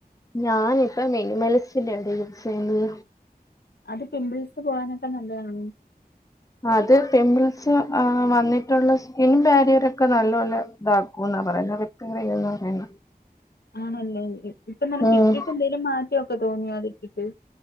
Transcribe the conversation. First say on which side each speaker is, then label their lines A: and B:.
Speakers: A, on the left; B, on the left.
A: ഞാന് ഇപ്പം മിനിമലിസ്റ്റ്ന്റെടീ യൂസെയ്യ്ന്നേ
B: അത് പിംമ്പിൾസ് പോകാനൊക്കെ നല്ലയാണോ
A: അത് പിംമ്പിൾസ് ഏ വന്നിട്ട്ള്ള സ്കിൻ ബാരിയറെക്കെ നല്ലോല്ലെ ഇതാക്കൂന്നാ പറയ്ന്നേ വി <unintelligible> പറയ്ന്നേ
B: ആണ് അല്ലേ ഇപ്പൊ നിനക്ക്
A: ഉം
B: ഇട്ട്ട്ട് എന്തേലും മാറ്റോക്കെ തോന്നിയോ അത് ഇട്ട്ട്ട്